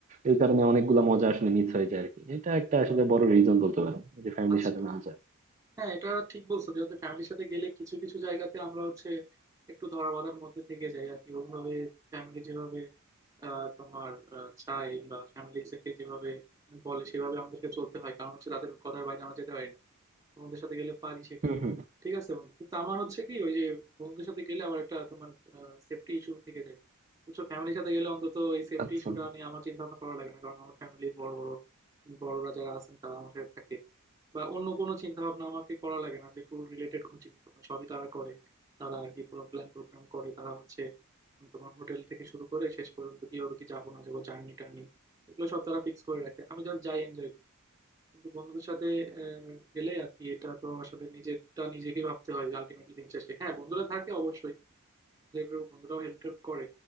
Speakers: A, on the right (about 30°); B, on the right (about 15°).
A: এই কারণে অনেকগুলা মজা আসলে মিস হয়ে যায় আরকি এটা একটা আসলে বড় রিজন বলতে পারেন যে ফ্যামিলির
B: আচ্ছা
A: সাথে না যাওয়া
B: হ্যাঁ এটা ঠিক বলছো যেহেতু ফ্যামিলির সাথে গেলে কিছু কিছু জায়গাতে আমরা হচ্ছে একটু ধরা বাঁধার মধ্যে থেকে যাই আর কি ওইভাবে ফ্যামিলি যেভাবে আহ, তোমার আহ, চাই বা ফ্যামিলি থেকে যেভাবে বলে সেভাবে আমাদেরকে চলতে হয় কারণ হচ্ছে তাদের কথার বাইরে আমরা যেতে পারি না বন্ধুদের সাথে গেলে পারি সেটা
A: হুম হুম
B: ঠিক আছে বন্ধু কিন্তু আমার হচ্ছে কি ওই যে বন্ধুদের সাথে গেলে আবার একটা তোমার সেফটি ইস্যু থেকে যায় বুঝছো ফ্যামিলির সাথে গেলে অন্তত এই সেফটি
A: আচ্ছা
B: ইস্যুটা নিয়ে আমার চিন্তা ভাবনা করা লাগে না কারণ আমার ফ্যামিলির বড় বড় বড়রা যারা আছেন তারা আমার সাথে থাকে বা অন্য কোনো চিন্তা ভাবনা আমাকে করা লাগে না যে ট্যুর রিলেটেড কোনো চিন্তা ভাবনা সবই তারা করে তারা আর কি পুরো প্ল্যান প্রোগ্রাম করে তারা হচ্ছে তোমার হোটেল থেকে শুরু করে শেষ পর্যন্ত কি হবে কি যাবো না যাবো জার্নি টার্নি এগুলো সব তারা ফিক্স করে রাখে আমি জাস্ট যাই এনজয় কিন্তু বন্ধুদের সাথে আহ, গেলে আর কি এটা তো আসলে নিজেরটা নিজেকে ভাবতে হয় যে আলটিমেটলি দিন শেষে হ্যাঁ বন্ধুরা থাকে অবশ্যই যে গ্রুপ বন্ধুরাও হেল্প টেল্প করে